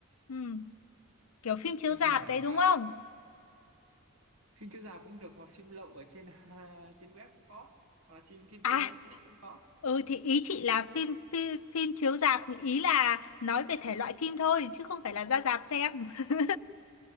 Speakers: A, on the left; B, on the right.
A: Ừ, kiểu phim
B: xem
A: chiếu rạp
B: phim lẻ
A: đấy
B: mà
A: đúng không?
B: phim chiếu rạp cũng được mà phim lậu ở trên <laughs> trên web cũng có hoặc là phim phim
A: À,
B: trên Netflix cũng có
A: ừ thì ý chị là phim phim, phim chiếu rạp, ý là nói về thể loại phim thôi, chứ không phải là ra rạp xem. <laughs>